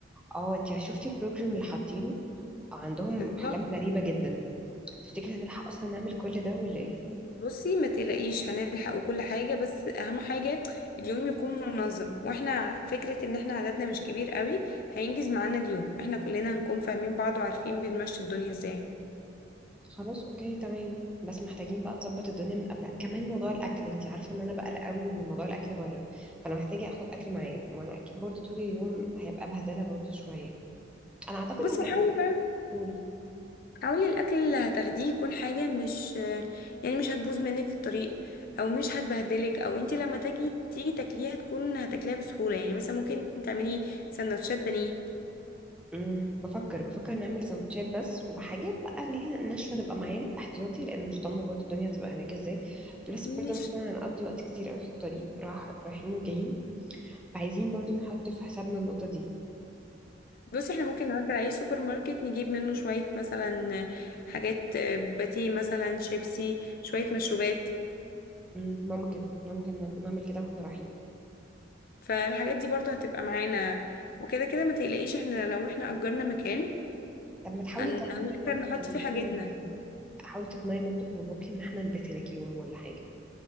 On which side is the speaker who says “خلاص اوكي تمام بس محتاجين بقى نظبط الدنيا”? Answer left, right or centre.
Centre